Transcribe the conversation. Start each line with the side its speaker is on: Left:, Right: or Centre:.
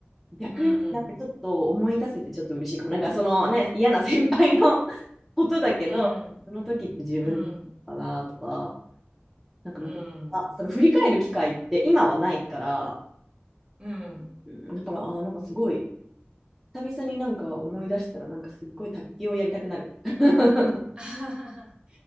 Centre: 逆になんかちょっと思い出せてちょっと嬉しいかも。
Right: うん、
Centre: なんかそのね、嫌な先輩の <laughs> ことだけど、
Right: うん、
Centre: その時って自分かなとか、
Right: うん、うん、
Centre: なんかなんか、
Right: うん。
Centre: あ、その振り返る機会って今はないから、
Right: うん
Centre: うん、だから、あ、なんかすごい、久々になんか思い出したらなんかすっごい卓球をやりたくなる。<laughs>
Right: <laughs>